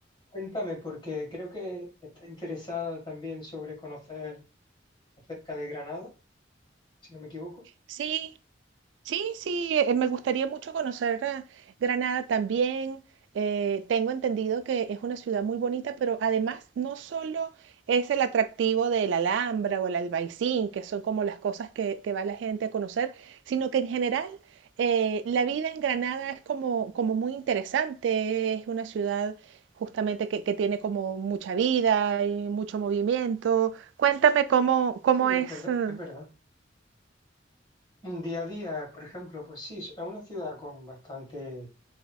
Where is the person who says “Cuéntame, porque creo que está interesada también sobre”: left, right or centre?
Left